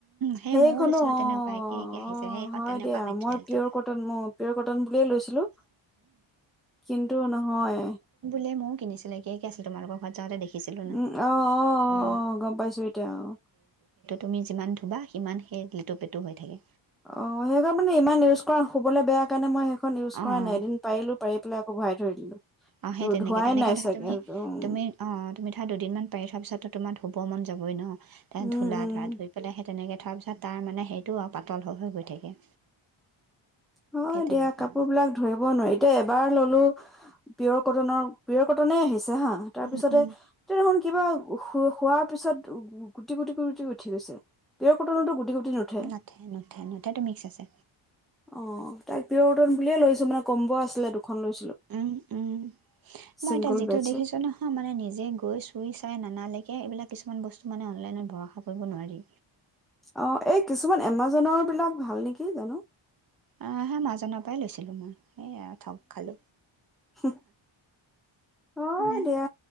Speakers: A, on the right; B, in the centre.
A: সেই
B: সেইখনো
A: ময়ো লৈছিলোঁ
B: অ
A: তেনেকুৱা একে একে আহিছে
B: অ
A: সেইখন
B: হয়
A: তেনেকুৱা
B: দিয়া
A: মেটেৰিয়েলটো
B: মই পিয়ৰ কটন মোক পটন লৈছিলো কিন্তু নহয়
A: মোৰ কিনিছিলো একে কি আছিল তোমোকৰ ঘৰত যাতে দেখি ন
B: উম, অ' অ' অ'
A: উ
B: অ' গম পাইছো এতিয়া অ'।
A: তুমি যিমান ধুবা সিমান সেই লিটোু পেটোু হৈ থাকে
B: অ সেইব মানে ইমান ইউজ কৰা শুবলৈ বেয়া কাৰণে মই সেই ইউজ
A: অ',
B: কৰা ন এদিন পাৰিলো পাৰি পেলাই আকৌ ভৰাই ধৰি দিলো
A: আহ সেই তেনেকে
B: ধোৱাই
A: তেনেকে
B: নাই
A: দেখে
B: চাগে
A: তুমি
B: উম,
A: তুমি অ তুমি ধৰা দুদিন মমান পাৰি থোৱা পিছতো তোমাৰ ধ শ'ব মন যাবই ন
B: উম,
A: ধুললা
B: উম,
A: ধৰা ধুই পেলাই সেই তেনেকে পিছত তাৰ মানে সেইটো পাতল হৈ হৈ গ থাকে
B: হয়
A: সেই তেনেকুৱা
B: দিয়া কাপোৰ বিলাক ধৰিব নোৱাৰিতি এবাৰ ললো পিয়ৰ কটনৰ পিয়ৰ কটনে আহিছে হা তাৰ
A: উম,
B: পিছতে
A: উম,
B: তেয়া দেখোন কিবা উ হোৱাৰ পিছত উ গুটি গুটি গুুটি উঠি গৈছে পৰ কটনতো গুটি গুটি নুঠে
A: নাথে নুথে নথটো মিক্স আছে
B: অ তাক বিৰটন বুলিয়ে লৈছো মানে কম্ব আছিলে দুখন লৈছিলো
A: উম উম মই
B: চিংগল
A: এতিয়া যিটো
B: বেডশ্বীট
A: দেখিছো নহয় মানে নিজে গৈ চুই চাই নানালেকীয়া এইবিলাক কিছুমান বস্তু মানে অনলাইনত ভৰষা কৰিব নোৱাৰি
B: অ এই কিছুমান এমাজনৰ বিলাক ভাল নেকি জানো
A: আহ হে মাজনৰ পৰাই লৈছিলো মই সেই আৰু থগ খালো
B: অ'। হয়
A: ন
B: দিয়া